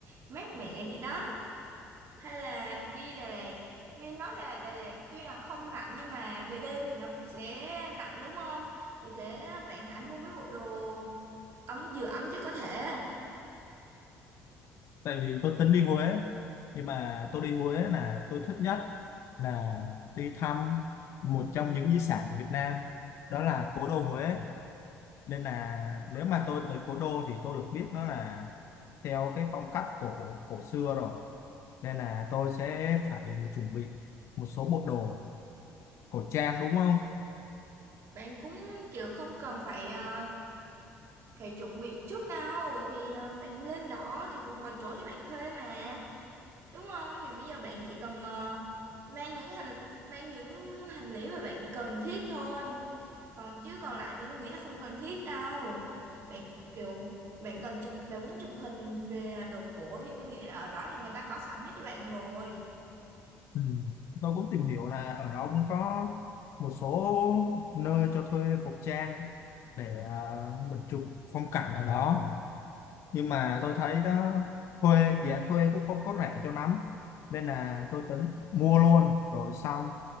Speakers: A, on the right; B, on the left.
A: mát mẻ gì đó hay là đi Đà Lạt nghe nói là Đà Lạt tuy rằng không lạnh nhưng mà về đêm thì nó cũng sẽ lạnh đúng không vì thế bạn hãy mua mấy bộ đồ ấm vừa ấm chứ có thể
B: Tại vì tôi tính đi Huế, nhưng mà tôi đi Huế là tôi thích nhất là đi thăm một trong những di sản của Việt Nam, đó là cố đô Huế. Nên là nếu mà tôi tới cố đô thì tôi được biết nó là theo cái phong cách cổ cổ xưa rồi. Nên là tôi sẽ phải chuẩn bị một số bộ đồ cổ trang đúng không?
A: bạn cũng kiểu không cần phải ờ, phải chuẩn bị trước đâu thì ờ, bạn lên đó thì cũng có chỗ cho bạn thuê mà đúng không thì bây giờ bạn chỉ cần ờ, mang những hành mang những hành lý mà bạn cần thiết thôi còn chứ còn lại thì tôi nghĩ là không cần thiết đâu bạn kiểu bạn cần chụp bạn muốn chụp hình về đồ cổ thì tôi nghĩ là ở đó thì người ta có sẵn hết cho bạn rồi
B: Ừ. Tôi cũng tìm hiểu là ở đó cũng có một số nơi cho thuê phục trang để à, mình chụp phong cảnh ở đó nhưng mà tôi thấy đó thuê giá thuê cũng không có rẻ cho lắm nên là tôi tính mua luôn rồi xong